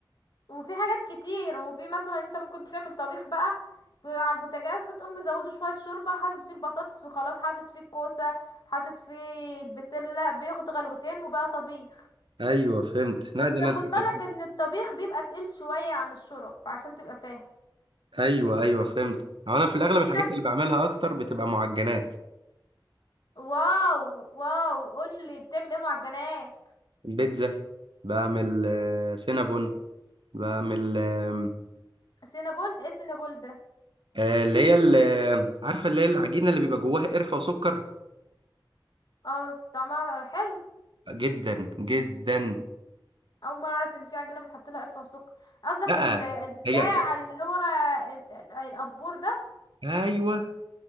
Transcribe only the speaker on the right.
ايوه فهمت لا
ده انا
الح...
الح-
ايوه ايوه فهمت هو انا في الاغلب
الحاجات
اللي بعملها اكتر بتبقى معجنات
البيتزا بعمل آه، سينابون بعمل آم،
آه، اللي هي ال- آه، عارفه اللي هي العجينه اللي بيبقى جواها قرفه وسكر
جدا جدا
لا
هي
ايوه